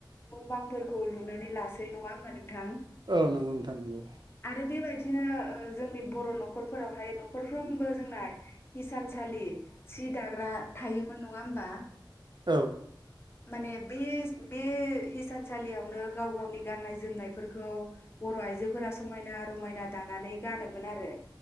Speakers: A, on the left; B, on the right.
A: न' बांफोरखौ लुनानै लासै नङा होमबा नोंथां?
B: औ नोंगौ नोंथां नोंगौ।
A: आरो बेबायदिनो ओ जोंनि बर' न'खरफोरावहाय न'खरफ्रोमबो जोंना हिसानसालि सि दाग्रा थायोमोन नङा होमबा?
B: औ।
A: माने बे बे हिसानसालियावनो गाव गावनि गाननाय जोमनायफोरखौ बर' आइजोफोरा समायना रमायना दानानै गानोमोन आरो,